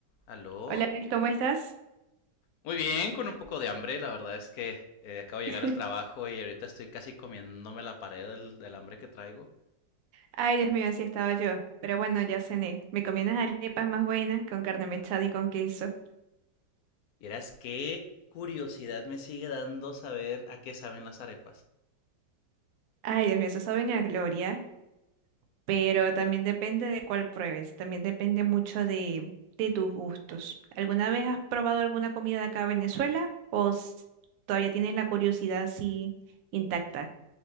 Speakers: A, on the left (about 70°); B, on the right (about 70°).
A: Aló.
B: Hola Luis, ¿cómo estás?
A: Muy bien, con un poco de hambre. La verdad es que eh, acabo de llegar
B: <laughs>
A: al trabajo y ahorita estoy casi comiéndome la pared del, del hambre que traigo.
B: Ay, Dios mío, así estaba yo. Pero bueno, ya cené. Me comí unas arepas más buenas con carne mechada y con queso.
A: Y verás qué curiosidad me sigue dando saber a qué saben las arepas.
B: Ay, Dios mío, eso saben a gloria. Pero también depende de cuál pruebes. También depende mucho de, de tus gustos. ¿Alguna vez has probado alguna comida de acá de Venezuela? ¿O s- todavía tienes la curiosidad así intacta?